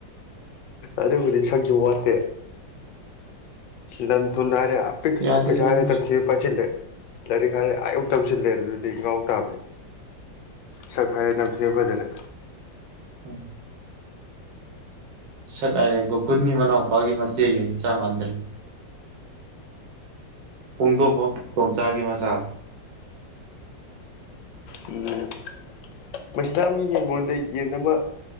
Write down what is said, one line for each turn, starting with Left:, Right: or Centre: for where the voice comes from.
Left: ꯑꯗꯨꯕꯨꯗꯤ ꯁꯛꯁꯨ ꯋꯥꯠꯇꯦ ꯂꯝ ꯊꯨ ꯍꯥꯏꯔꯦ ꯄꯤꯛ ꯊꯟꯅ
Right: ꯌꯥꯗꯦꯗ
Left: ꯄꯩꯁꯥ ꯍꯦꯛꯇ
Right: ꯃꯣꯏꯖꯦ
Left: ꯇꯝꯊꯤꯒꯩ ꯄꯥꯏꯁꯤꯜꯂꯦ ꯂꯥꯏꯔꯤꯛ ꯍꯥꯏꯔ ꯑꯥ ꯇꯝꯁꯤꯜꯂꯦ ꯑꯗꯨꯗꯤ ꯉꯥꯎ ꯇꯥꯕꯅꯤ ꯁꯛ ꯍꯥꯏꯔ ꯅꯝꯊꯤꯒꯩ ꯐꯖꯔꯦ
Right: ꯎꯝ ꯁꯠ ꯀꯣꯏꯃꯤ ꯃꯅ ꯄꯒꯤ ꯃꯁꯦ ꯆꯥꯝꯥꯟ꯭ꯔꯔꯤ ꯄꯨꯡꯗꯣꯝꯕꯝ ꯇꯣꯝꯆꯥꯒꯤ ꯃꯆꯥ
Left: ꯎ ꯃꯁꯤꯗ ꯑꯃ ꯌꯦꯟ ꯂꯣꯟꯗ ꯌꯦꯟ ꯑꯃ